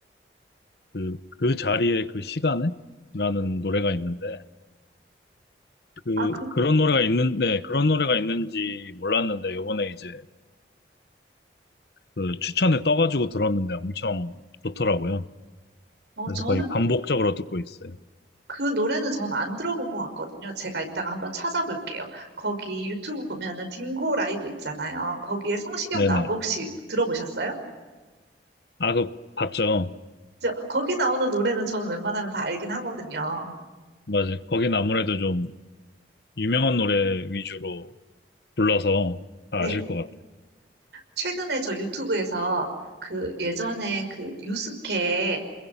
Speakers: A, on the left (about 60°); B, on the right (about 75°).
A: 그, 그 자리에 그 시간에? 라는 노래가 있는데 그,
B: 아, 그,
A: 그런 노래가 있는데 그런 노래가 있는지 몰랐는데 요번에 이제 그 추천에 떠가지고 들었는데 엄청 좋더라고요.
B: 어,
A: 그래서
B: 저는
A: 거의 반복적으로 듣고 있어요.
B: 그 노래는 전 안 들어본 것 같거든요. 제가 이따가 한번 찾아볼게요. 거기 유튜브 보면은 딩고 라이브 있잖아요. 거기에 성시경
A: 네네.
B: 나온 거 혹시 들어보셨어요?
A: 아, 그, 봤죠?
B: 저, 거기 나오는 노래는 저는 웬만하면 다 알긴 하거든요.
A: 맞아요. 거긴 아무래도 좀 유명한 노래 위주로 불러서 다
B: 네.
A: 아실 것 같아요.
B: 최근에 저 유튜브에서 그 예전에 그 유스케